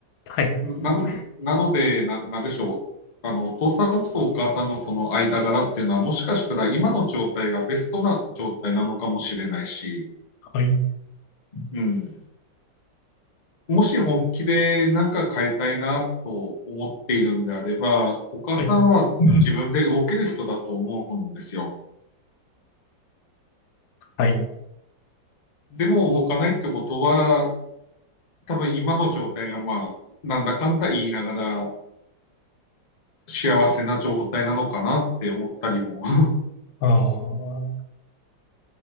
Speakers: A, on the left; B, on the left.
A: はい、
B: なのなのでな、なんでしょう。あの、お父さんとお母さんのその間柄っていうのは、もしかしたら今の状態がベストな状態なのかもしれないし、
A: はい、
B: うん。もし本気で何か変えたいなと思っているんであれば、お母さんは自分で動ける人だと思うんですよ。
A: はい、はい、
B: でも動かないってことは、多分今の状態がまあ、なんだかんだ言いながら幸せな状態なのかなって思ったりも <laughs>。
A: ああ、